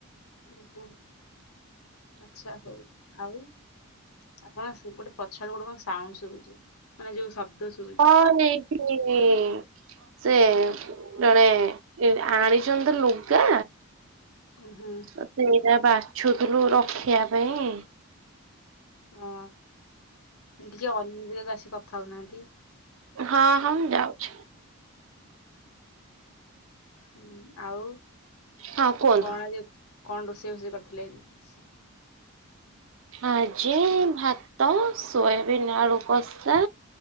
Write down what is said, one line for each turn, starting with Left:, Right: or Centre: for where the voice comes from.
Left: ଉଁ ହୁଁ। ଆଚ୍ଛା ହଉ ଆଉ ଆପଣ ଗୋଟେ ପଛ ଆଡୁ ଗୋଟେ କଣ ସାଉଣ୍ଡ ଶୁଭୁଚି ମାନେ ଯୋଉ ଶବ୍ଦ ଶୁ
Right: ହଁ। <unintelligible> <unintelligible> ସେ ଜଣେ ଆଣିଛନ୍ତି ଲୁ ଗା।
Left: ଉଁ ହୁଁ
Right: ସେଇଟା ବାଛୁଥିଲୁ ରଖିବା ପାଇଁ।
Left: ହଁ ଟିକେ ଅନ୍ୟ ଯାଗା କୁ ଆସିିକି କଥା ହଉନାହାନ୍ତି।
Right: ହଁ ହଁ ମୁଁ ଯାଉଛି।
Left: ହୁଁ ଆଉ
Right: ହଁ କୁହନ୍ତୁ।
Left: କଣ ଆଜି କଣ ରୋଷେଇ ଫୋଷେଇ କରିଥିଲେ ଆଜି।
Right: ଆଜି ଭାତ ସୋୟାବିନ୍ ଆଳୁ କଷା।